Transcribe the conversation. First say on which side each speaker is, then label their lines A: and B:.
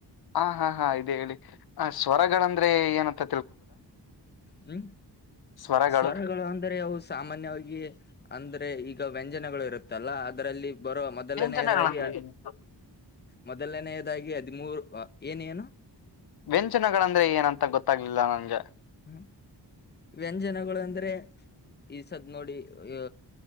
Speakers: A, on the left (about 60°); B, on the left (about 25°).
A: ಹ ಹಾ ಹಾ ಇೇ ಹೇಳಿ ಆ ಸ್ವರಗಳಂದ್ರೆ ಏನತ್ತ
B: ಹ್ಮ
A: ಸ್ವರಗಳು
B: ಸ್ವರ್ಗಳು ಅಂದ್ರೆ ಅವು ಸಾಮಾನ್ಯ ಅಂದ್ರೆ ಈಗ ವ್ಯಂಜನಗಳು ಇರುತ್ತಲ್ಲ ಅದರಲ್ಲಿ ಬರುವ ಮೊದಲನೆಯದಾಗಿ
A: ವ್ಯಂಜನಗಳಂದ್ರೆ ಏನು
B: ಮೊದಲನೆಯ ಾಗಿ ಹದಿಮೂರು ಏನೇಏನು
A: ವ್ಯಂಚನಗಳಂದ್ರೆ ಏನಂತ ಗೊತ್ತಾಗ್ಲಿಲ್ಲ ನಂಗೆ
B: ಹ್ಮ ವ್ಯಂಜನಗಳು ಅಂದ್ರೆ ಈ ಸದ್ ನೋಡಿ ಅ